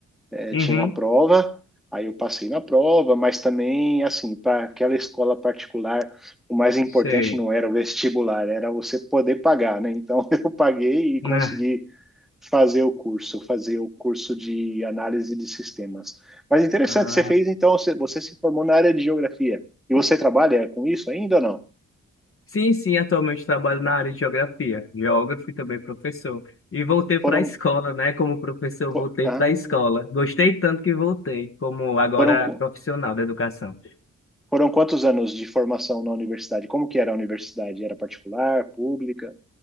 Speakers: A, in the centre; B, on the left.
A: eh,
B: Uhum,
A: tinha uma prova, aí eu passei na prova, mas também, assim, para aquela escola particular, o mais importante
B: sei.
A: não era o vestibular, era você poder pagar, né? Então, <laughs> eu paguei e
B: Né?
A: consegui fazer o curso, fazer o curso de análise de sistemas. Mas interessante,
B: Ah,
A: você fez, então, você, você se formou na área de geografia. E você trabalha com isso ainda ou não?
B: Sim, sim, atualmente trabalho na área de geografia, geógrafo e também professor. E voltei para
A: Foram
B: a escola, né? Como professor,
A: Fo-
B: voltei
A: ah,
B: para a escola. Gostei tanto que voltei, como agora
A: foram, qu-
B: profissional da educação.
A: foram quantos anos de formação na universidade? Como que era a universidade? Era particular, pública?